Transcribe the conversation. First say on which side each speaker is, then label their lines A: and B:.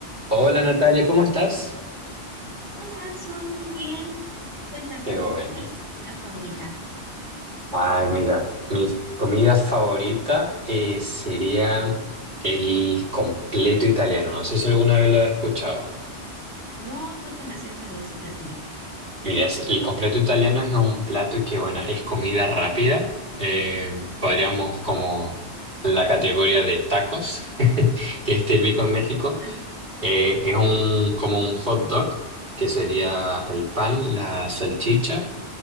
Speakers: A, on the right (about 45°); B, on the right (about 65°).
A: Hola Natalia, ¿cómo estás?
B: Hola, Adson, muy bien. Cuéntame,
A: Qué bueno.
B: ¿cuál es tu comida favorita?
A: Ay, mira, mi comida favorita eh, sería el completo italiano. No sé si alguna vez lo has escuchado.
B: No, cuéntame acerca de ese platillo.
A: Mira, es- el completo italiano es un plato que, bueno, es comida rápida. Eh, podríamos como la categoría de tacos, <laughs> que es típico en México.
B: <laughs>
A: Eh, es un, como un hot dog, que sería el pan, la salchicha,